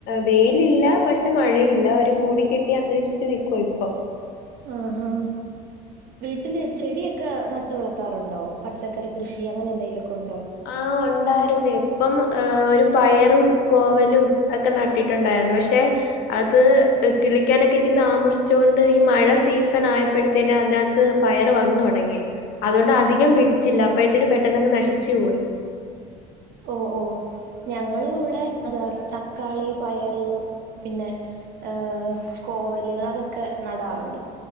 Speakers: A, on the left; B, on the right.
A: വെയിലില്ല പക്ഷെ മഴയില്ല ഒരു മൂടി കിട്ടി അന്തരീക്ഷത്തിൽ നിൽക്കോ ഇപ്പൊ
B: ആഹാ വീട്ടില് ചെടിയൊക്കെ നട്ട് വളർത്താറുണ്ടോ? പച്ചക്കറി കൃഷി അങ്ങനെ എന്തേലുഒക്കെ ഉണ്ടോ?
A: ആഹ് ഒണ്ടാര് പ്പം ഒരു പയറും കോവലും ഒക്കെ നട്ടിട്ടുണ്ടായിരുന്നു പക്ഷെ, അത് കിളിക്കാനൊക്കെ ഇച്ചിരി താമസിച്ചു കൊണ്ട് ഈ മഴ സീസണായപ്പഴത്തെന്നെ അതിനാ ത്ത് പയറ് വന്നു തൊടങ്ങി. അതുകൊണ്ട് അധികം പിടിച്ചില്ല അപ്പഴത്തിന് പെട്ടെന്നങ്ങ് നശിച്ചു പോയി.
B: ഓഹ് ഓഹ് ഞങ്ങളും വിടെ അതാ തക്കാളി പയറ് പിന്നെ ഏഹ് കോവല് അതൊക്കെ നടാറുണ്ട്.